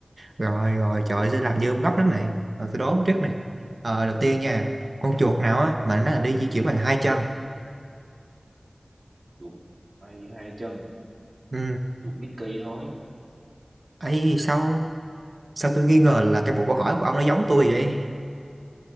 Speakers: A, on the right (about 60°); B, on the right (about 75°).
A: rồi rồi trời ơi, sẽ làm dư ông gấp lắm này rồi tôi đố trước này ờ, đầu tiên nha con chuột nào á mà nó là đi di chuyển bằng hai chân
B: Chuột bay như hai chân
A: ừ
B: chuột Mickey thôi.
A: ấy sao sao tôi nghi ngờ là cái bộ câu hỏi của ông nó giống tôi vậy